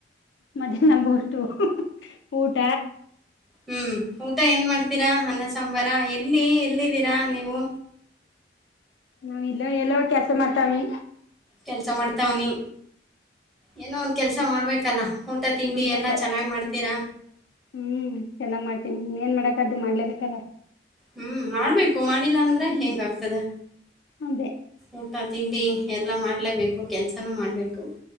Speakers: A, on the left; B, in the centre.
A: ಮದ್ಯಾನ ಬೋಸ್ಟ್ ಊಟ
B: ಹ್ಮ್ ಊಟ ಏನ್ ಮಾಡ್ತೀರಾ ಅನ್ನ ಸಾಂಬಾರ ಎಲ್ಲಿ ಎಲ್ಲಿದ್ದೀರಾ ನೀವು
A: ನಾವ್ ಇಲ್ಲೋ ಎಲ್ಲೋ ಕೆಲ್ಸ ಮಾಡ್ತಾವಿ
B: ಕೆಲಸ ಮಾಡ್ತಾವನಿ ಏನೋ ಒಂದ ಕೆಲ್ಸ ಮಾಡ್ಬೇಕಲ್ಲ ಊಟ ತಿಂಡಿ
A: ಮಾಡ್ಬೇಕಲ್ಲ
B: ಎಲ್ಲಾ ಚೆನ್ನಾಗ್ ಮಾಡ್ತೀರಾ
A: ಹ್ಮ್ ಚೆನ್ನಾಗ್ ಮಾಡ್ತೀನಿ ಏನ್ ಮಾಡಕ ಅ್ದ್ ಮಾಡ್ಲೇಬೇಕಲ್ಲ
B: ಹ್ಮ್ ಮಾಡ್ಬೇಕು ಮಾಡಿಲ್ಲಾ ಅಂದ್ರೆ
A: ಹ್ಮ್
B: ಹೆಂಗ ಆಗ್ತದೆ
A: ಅದೇ
B: ಊಟ ತಿಂಡಿ ಎಲ್ಲಾ ಮಾಡ್ಲೇಬೇಕು ಕೆಲ್ಸನೂ ಮಾಡ್ಬೇಕು